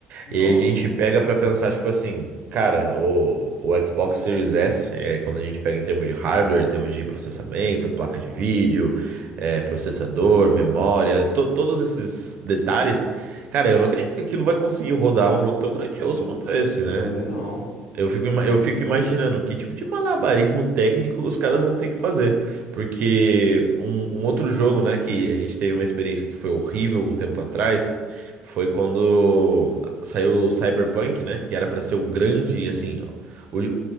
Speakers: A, on the left (about 75°); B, on the right (about 55°).
A: Nossa,
B: E aí a gente pega pra pensar, tipo assim, cara, o, o Xbox Series S, é, quando a gente pega em termos de hardware, em termos de processamento, placa de vídeo, é, processador, memória, to- todos esses detalhes, cara, eu não acredito que aquilo vai conseguir rodar um jogo tão grandioso
A: eu,
B: quanto esse,
A: eu
B: né?
A: também não.
B: Eu fico,
A: Se-
B: ima-
A: Não,
B: eu fico
A: não
B: imaginando
A: vai não.
B: que tipo de malabarismo técnico os caras vão ter que fazer. Porque um, um outro jogo, né, que a gente teve uma experiência que foi horrível um tempo atrás, foi quando saiu o Cyberpunk, né, que era pra ser o grande, assim, ó, o-